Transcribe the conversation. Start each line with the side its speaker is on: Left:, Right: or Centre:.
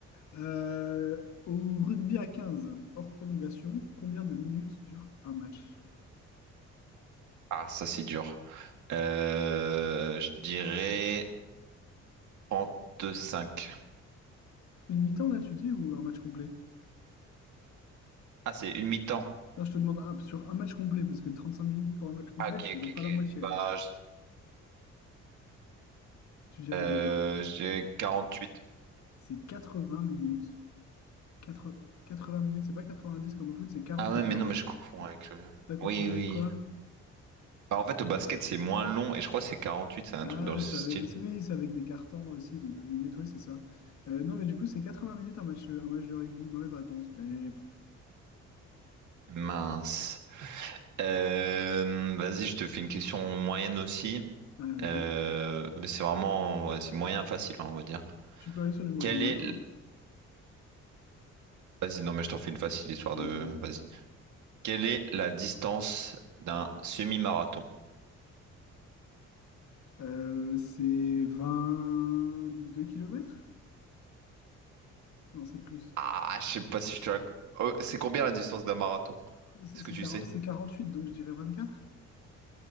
Left: Euh, au rugby à 15, hors prolongation, combien de minutes dure un match?
Right: Ah, ça c'est dur. Euh, je dirais 35.
Left: Une mi-temps, là, tu dis, ou un match complet?
Right: Ah, c'est une mi-temps.
Left: Non, je te demande ah, sur un match complet, parce que 35 minutes pour un match complet,
Right: Ah, ok,
Left: c'est
Right: ok,
Left: même pas
Right: ok.
Left: la moitié.
Right: Bah,
Left: hein.
Right: je,
Left: Tu dirais
Right: euh,
Left: combien?
Right: j'ai 48.
Left: C'est 80 minutes quatre quatre-vingts minutes, c'est pas 90 comme au foot, c'est 40
Right: Ah ouais,
Left: et quarante
Right: mais non, mais je comprends avec le...
Left: T'as confondu
Right: Oui, oui.
Left: avec quoi?
Right: Bah, en fait, au basket, c'est moins long et je crois que c'est huit c'est un
Left: Ah,
Right: truc dans ce
Left: ça
Right: style.
Left: avait- c'est- oui, c'est avec des cartons aussi de 12 minutes, oui, c'est ça. Euh, non, mais du coup, c'est 80 minutes un match, un match de rugby. Mauvaise réponse. Mais...
Right: Mince. Euh, vas-y, je te fais une question moyenne aussi.
Left: Ouais, vas-y.
Right: Euh, mais c'est vraiment... ouais, c'est moyen facile, hein, on va dire.
Left: Tu peux aller sur du moyen-moyen,
Right: Quelle est... l-
Left: hein.
Right: Vas-y, non, mais je t'en fais une facile histoire
Left: Vas-y,
Right: de...
Left: vas-y.
Right: Vas-y. Quelle est la distance d'un semi-marathon?
Left: Euh, c'est deux kilomètres Non, c'est plus.
Right: Ah, je sais pas si je te la... Oh, c'est combien la distance d'un marathon?
Left: C'est
Right: Est-ce
Left: c'est
Right: que tu
Left: 40
Right: sais?
Left: c'est 48, donc je dirais vingt-quatre